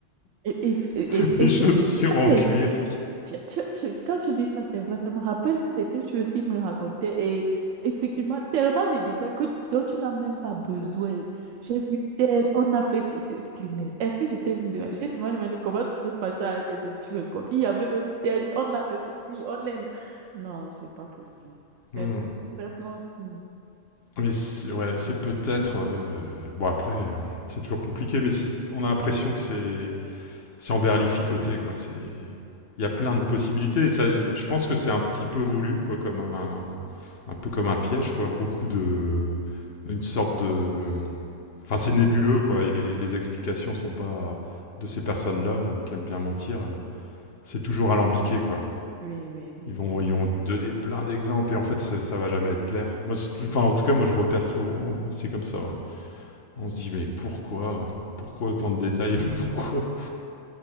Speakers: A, on the right; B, on the left.
A: Et, et, et,
B: <laughs>
A: et- et-
B: des chaussures
A: et quand
B: en
A: les
B: cuir.
A: Tu- tu- tu- quand tu dis ça, c'est vrai, ça me rappelle certaines choses qu'il me racontait et effectivement, tellement de détails que, dont tu n'as même pas besoin. J'ai vu tel, on a fait ceci, que, mais est-ce que j'étais même demandé, j'ai seulement demandé comment ça s'est passé avec tes hommes, tu me racontes. Il y avait même tel, on a fait ceci, on aime. Non, c'est pas possible. C'est
B: Hmm.
A: c'est impossible.
B: Mais c'est ouais, c'est peut-être. euh, bon, après, euh, c'est toujours compliqué, mais c'est- on a l'impression que c'est c'est emberlificoté, quoi. C'est- Il y a plein de possibilités. et ça, je pense que c'est un petit peu voulu, quoi, comme un, un peu comme un piège, quoi. Beaucoup de. Une sorte de. Enfin, c'est nébuleux, quoi. et les, les explications sont pas. de ces personnes-là, euh, qui aiment bien mentir, euh, c'est toujours alambiqué, quoi
A: Oui, oui, oui.
B: ils vont, ils vont donner plein d'exemples et en fait ça, ça va jamais être clair. Moi, enfin, en tout cas, moi je repère souvent, euh, c'est comme ça. hein. On se dit mais pourquoi, pourquoi autant de détails, <laughs> pourquoi